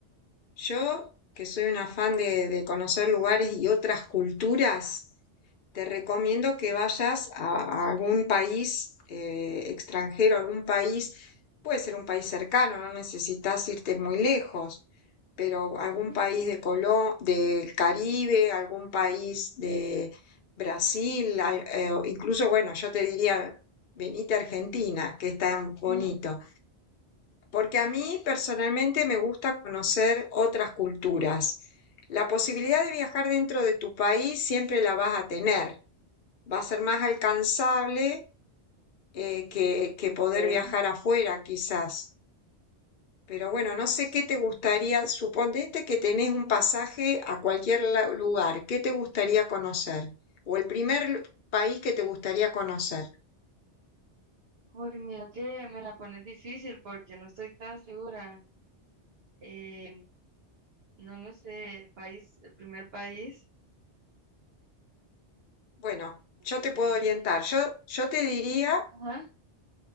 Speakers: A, on the left (about 55°); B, on the right (about 60°).
A: Yo, que soy una fan de, de conocer lugares y otras culturas, te recomiendo que vayas a, a algún país eh, extranjero, algún país, puede ser un país cercano, no necesitas irte muy lejos, pero
B: Ok.
A: algún país de Colo- del Caribe, algún país de Brasil, al- eh, o incluso, bueno, yo te diría, venite a Argentina, que es tan bonito.
B: Ujú.
A: Porque a mí personalmente me gusta conocer otras culturas. La posibilidad de viajar dentro de tu país siempre la vas a tener. Va a ser más alcanzable eh, que, que
B: Ok.
A: poder viajar afuera, quizás. Pero bueno, no sé qué te gustaría. Suponete que tenés un pasaje a cualquier la- lugar. ¿Qué te gustaría conocer? O el primer lu- país que te gustaría conocer.
B: Uy, mira que me la pones difícil porque no estoy tan segura. Eh, no lo sé, país, el primer país.
A: Bueno,
B: eh,
A: yo te puedo orientar. Yo, yo te diría
B: ajá.